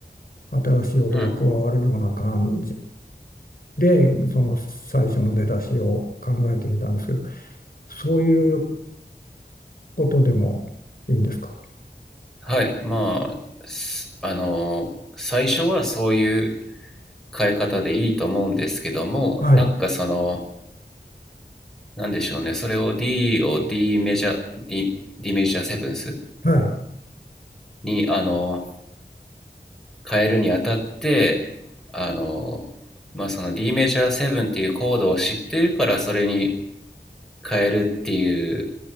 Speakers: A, on the left; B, in the centre.
A: 新しい音が加わるような感じ
B: うん、
A: でその最初の出だしを考えてみたんですけどそういうことでもいいんですか
B: はい、まあ、すあの、最初はそういう変え方でいいと思うんですけども、
A: はい
B: なんかその、なんでしょうね、それを D を D メジャー、D, D メジャーセブンス
A: はい
B: にあの変えるにあたって、あの、まあ、その D メジャーセブンっていうコードを知ってるからそれに変えるっていう